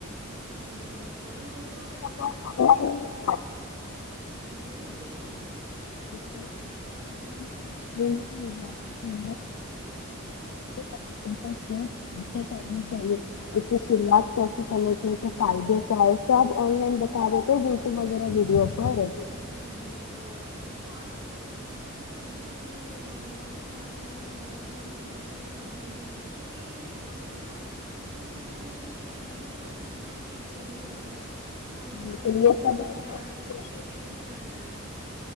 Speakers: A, on the right; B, on the left.
A: جی جی <unintelligible> ہو میں تو ویسے
B: بات
A: ابھی
B: آن لائن ہی
A: جی بلیے <unintelligible>
B: جات <unintelligible> کمیونیکیشن اسکلس کیسے کرنی چاہیے اس کی سروعات کیسی سمجھ رہ ہیں کہ فائدے کیا ہے اس سے آپ آن لائن بتا دیتے ہیں یوٹیوب وغیرہ ویڈیو پر
A: جی بالکل <unintelligible> اور یہ ہمیں نا انگلش بولنا بھی کافی زیادہ س مطلب سیکھنا ضروری ہے کیونکہ بولتے ہیں نا کمپیوٹر اسکل سیکھنے کے لیے انگلش کا سیکھنا بھی ضروری ہوتا ہے ہمیں
B: بالکل
A: تبھی تو
B: یہ
A: سمجھ
B: سب ہے
A: میں آئے گا نا کہ کیسے کرنا ہے